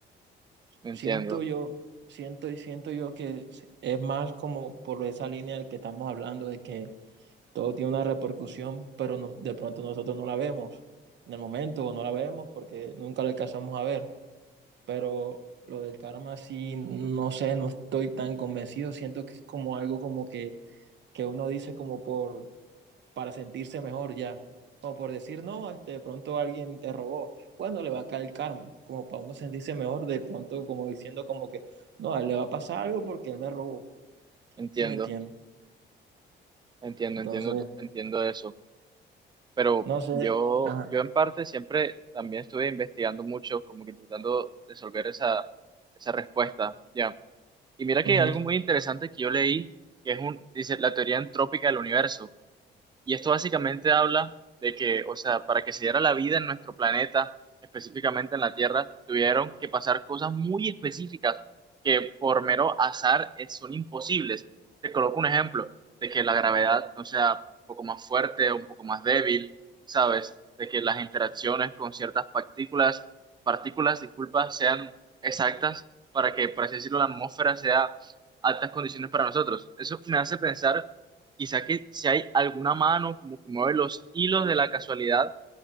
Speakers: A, on the right; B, on the right.
A: entiendo,
B: Siento yo, siento y siento yo que es más como por esa línea de que estamos hablando, de que todo tiene una repercusión, pero no, de pronto nosotros no la vemos en el momento o no la vemos porque nunca la alcanzamos a ver, pero lo del karma sí, no sé, no estoy tan convencido, siento que es como algo como que, que uno dice como por, para sentirse mejor ya. Como por decir, no, este, de pronto alguien te robó. Bueno, le va a caer el karma. Como para uno sentirse mejor, de pronto como diciendo como que, no, a él le va a pasar algo porque él me robó.
A: entiendo,
B: ¿Sí me entiendes?
A: entiendo,
B: Entonces,
A: entiendo, entiendo eso. Pero
B: no sé.
A: yo,
B: Ajá.
A: yo en parte siempre también estuve investigando mucho, como que intentando resolver esa, esa respuesta, ya. Y mira
B: ujú.
A: que algo muy interesante que yo leí, que es un, dice, la teoría entrópica del universo. Y esto básicamente habla de que, o sea, para que se diera la vida en nuestro planeta, específicamente en la Tierra, tuvieron que pasar cosas muy específicas que por mero azar eh, son imposibles. Te coloco un ejemplo de que la gravedad no sea un poco más fuerte o un poco más débil, ¿sabes? De que las interacciones con ciertas partículas, partículas, disculpa, sean exactas para que, por así decirlo, la atmósfera sea altas condiciones para nosotros. Eso me hace pensar Quizá que si hay alguna mano como que mueve los hilos de la casualidad